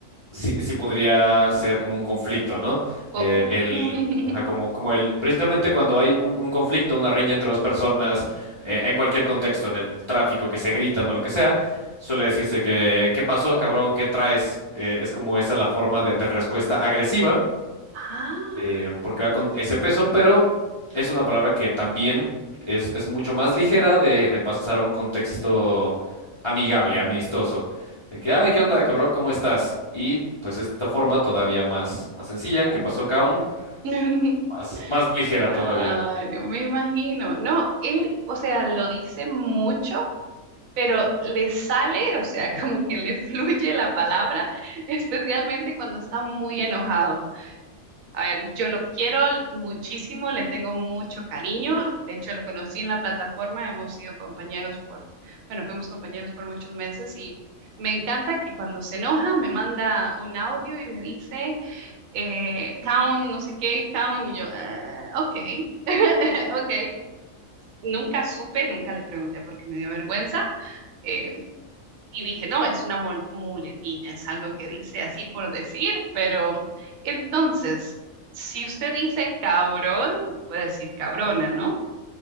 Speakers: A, on the left; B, on the right.
A: sí, sí podría ser como un conflicto, ¿no?
B: Oh,
A: Eh, el,
B: oh. <laughs>
A: ajá, como, como el, precisamente cuando hay un, un conflicto, una riña entre dos personas, eh, en cualquier contexto, en el tráfico, que se gritan o lo que sea, suele decirse que, ¿qué pasó, cabrón? ¿Qué traes? Eh, es como esa la forma de de respuesta agresiva
B: Ah,
A: eh, porque va con ese peso, pero es una palabra que también
B: ya.
A: es, es mucho más ligera de, de pasar a un contexto amigable, amistoso. De que, ay,
B: Ah.
A: ¿qué onda, cabrón? ¿Cómo estás? Y pues esta forma todavía más, más sencilla,
B: uh.
A: que pasó cabrón,
B: <laughs>
A: más, más ligera
B: Claro,
A: todavía.
B: me imagino. No, él, o sea, lo dice mucho, pero le sale, o sea, <laughs> como que le fluye la palabra, especialmente cuando está muy enojado. A ver, yo lo quiero muchísimo, le tengo mucho cariño, de hecho lo conocí en la plataforma, hemos sido compañeros por, bueno, fuimos compañeros por muchos meses y me encanta que cuando se enoja me manda un audio y me dice, eh, Count, no sé qué, Count, y yo, "Ah, ok, <laughs> ok. Nunca supe, nunca le pregunté porque me dio vergüenza, eh, y dije, no, es una mul- muletilla, es algo que dice así por decir, pero entonces, si usted dice cabrón, puede decir cabrona, ¿no?